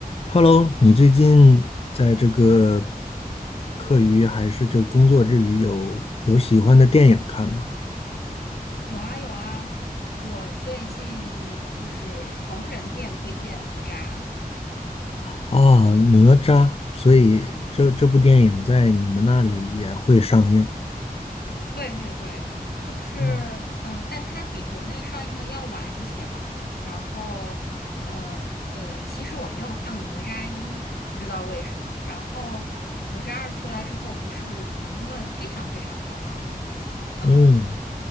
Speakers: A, on the left (about 40°); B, on the left (about 85°).
A: Hello，你最近在这个课余还是这个工作之余有有喜欢的电影看吗？
B: 有啊有啊，我最近就是逢人便推荐哪吒，
A: 啊，哪吒，所以这这部电影在你们那里也会上映。
B: 对对对，就是
A: 嗯，
B: 嗯、呃但它比国内上映的要晚一些嘛。然后呃呃，其实我没有看过哪吒一，不知道为什么。然后哪吒二出来之后，不是评论非常非常好吗？呃，
A: 嗯，